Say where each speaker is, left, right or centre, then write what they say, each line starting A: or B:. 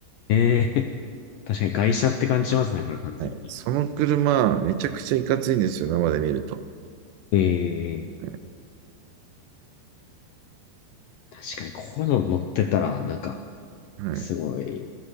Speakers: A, on the left; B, on the right.
A: ええ <laughs> 確かに外車って感じしますね。これ完全に。
B: はい。その車、めちゃくちゃいかついんですよ、生で見ると。
A: ええ
B: はい。
A: 確かにここの乗ってたら、なんか、
B: か
A: すごい、